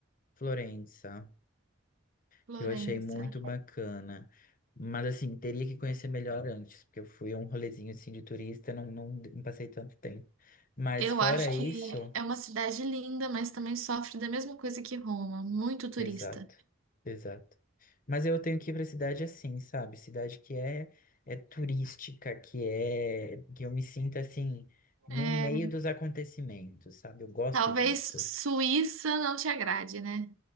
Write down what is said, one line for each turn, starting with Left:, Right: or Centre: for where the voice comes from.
Left: Florença.
Right: Florença.
Left: que eu achei muito bacana. Mas assim, teria que conhecer melhor antes, porque eu fui a um rolezinho assim de turista, não, não, não passei tanto tempo. Mas
Right: Eu
Left: fora
Right: acho
Left: isso,
Right: que é uma cidade linda, mas também sofre da mesma coisa que Roma, muito turista.
Left: exato, exato. Mas eu tenho que ir para cidade assim, sabe? Cidade que é é turística, que é que eu me sinta assim no
Right: É,
Left: meio dos acontecimentos, sabe? Eu gosto
Right: talvez
Left: disso.
Right: Suíça não te agrade, né?